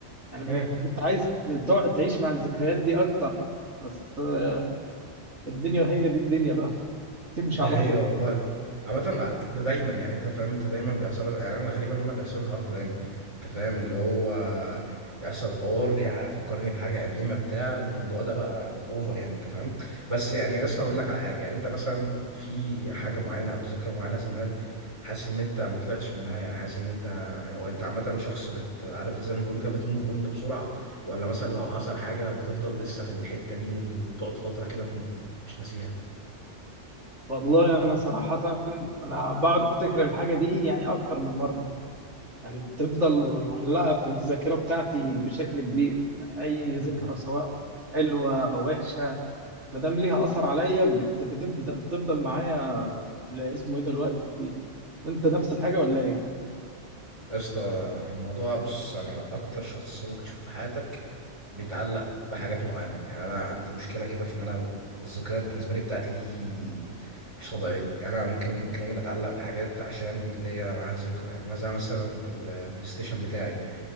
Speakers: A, on the right (about 70°); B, on the right (about 25°).
A: يعني ما
B: مم.
A: كنت عايز تقعد تعيش مع الذكريات دي اكتر بس آه، الدنيا هي دي الدنيا بقى <laughs> تمشي
B: دي
A: على
B: حقيقة
A: طول
B: والله عامة ده دايما يعني انت فاهم انت دايما بيحصل لك- يعني انا الغريب ان انا بيحصل لي الحوار ده دايما انت فاهم اللي هو يحصل حوار يفكرني بحاجة قديمة بتاع الموضوع ده بقى اوفر يعني انت فاهم بس يعني بس هقول لك على حاجة يعني انت مثلا في حاجة معينة او ذكرى معينة زمان حاسس ان انت ما طلعتش منها يعني حاسس ان انت وانت عامة شخص بت عارف زي ما بيقولوا كده بتموف اون بسرعة ولا مثلا لو حصل حاجة بتفضل لسه في الحتة دي اللي بتقعد فترة كده م- مش ناسيها
A: والله انا صراحة انا بقعد افتكر الحاجة دي يعني اكتر من مرة يعني بتفضل معلقة في الذاكرة بتاعتي بشكل كبير يعني اي
B: مم.
A: ذكرى سواء حلوة او وحشة ما دام ليها اثر عليا بت- بتبدأ بتفضل معايا ل- اسمه ايه ده الوقت كتير وانت نفس الحاجة ولا ايه؟
B: يا اسطى انا الموضوع بص انا اكتر شخص ممكن تشوفه في حياتك بيتعلق بحاجات معينه يعني انا عندي مشكله كده في ان انا الذكريات بالنسبه لي بتاعتي دي مش طبيعيه يعني انا ممكن تلاقيني بتعلق بحاجات عشان ليا معاها ذكرى يعني مثلا مثلا البلاي ستيشن بتاعي